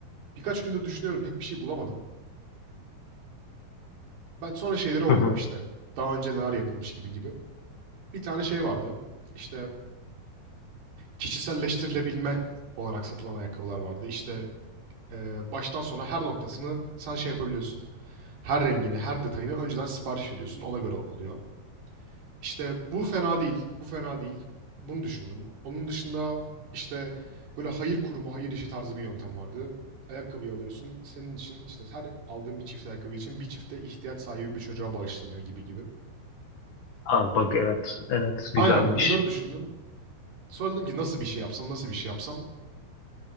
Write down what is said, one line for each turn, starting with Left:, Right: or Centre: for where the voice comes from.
Right: Birkaç gündür düşünüyorum pek bir şey bulamadım. Ben sonra şeyleri okudum
Left: Hı hı.
Right: işte. Daha önce neler yapılmış gibi gibi. Bir tane şey vardı. İşte kişiselleştirilebilme olarak satılan ayakkabılar vardı. İşte e, baştan sona her noktasını sen şey yapabiliyorsun. Her rengini, her detayını önceden sipariş veriyorsun. Ona göre oluyor. İşte bu fena değil, bu fena değil. Bunu düşündüm. Onun dışında işte böyle hayır kurumu, hayır işi tarzı bir yöntem vardı. Ayakkabıyı alıyorsun. Senin için işte her aldığın bir çift ayakkabı için bir çifte ihtiyaç sahibi bir çocuğa bağışlanıyor gibi gibi.
Left: Aa, bak evet. Evet. Güzelmiş.
Right: Aynen bunları düşündüm. Sonra dedim ki nasıl bir şey yapsam, nasıl bir şey yapsam.